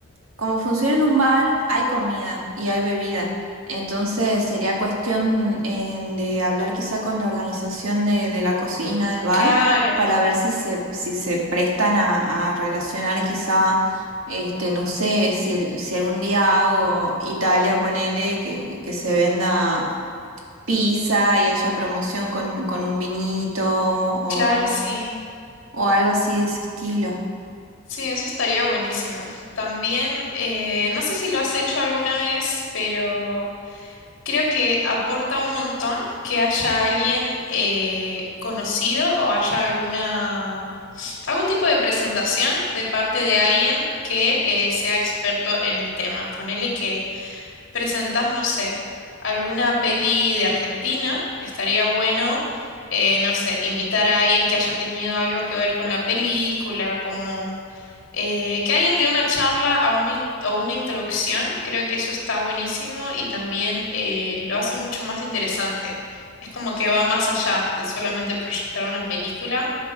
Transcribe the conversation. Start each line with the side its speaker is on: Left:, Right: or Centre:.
Right: como funciona en un bar, hay comida y hay bebida. Entonces sería cuestión eh, de hablar quizá con la organización de, de la cocina del bar
Left: Claro,
Right: para ver si se, si se prestan a, a relacionar quizá, este, no sé, si, el- si algún día hago Italia, ponele, que, que se venda pizza y haya promoción con, con un vinito o,
Left: claro, sí.
Right: o algo así de ese estilo.
Left: Sí, eso estaría buenísimo. También, eh, no sé si lo has hecho alguna vez, pero creo que aporta un montón que haya alguien eh, conocido o haya alguna, algún tipo de presentación de parte de alguien que eh, sea experto en el tema. Ponele que presentás, no sé, alguna peli de Argentina, estaría bueno, eh, no sé, invitar a alguien que haya tenido algo que ver con la película, como eh, que alguien dé una charla a una in- o una introducción, creo que eso está buenísimo y también eh, lo hace mucho más interesante. Es como que va más allá de solamente proyectar una película,